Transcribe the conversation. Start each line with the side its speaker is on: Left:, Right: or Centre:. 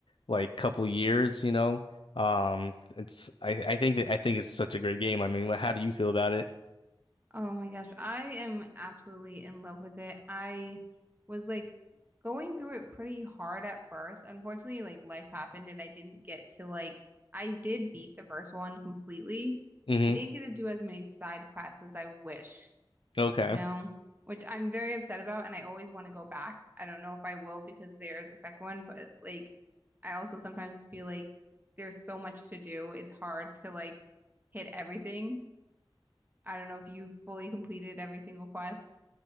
Left: like couple years, you know. Um it's I I think that I think it's such a great game. I mean, how do you feel about it?
Right: Oh my gosh. I am absolutely in love with it. I was like going through it pretty hard at first. Unfortunately, like life happened and I didn't get to like, I did beat the first one completely.
Left: hmm
Right: I didn't get to do as many side quests as I wish.
Left: Okay.
Right: you know, which I'm very upset about, and I always want to go back. I don't know if I will because there is a second one, but like, I also sometimes feel like there's so much to do. It's hard to like hit everything. I don't know if you fully completed every single quest.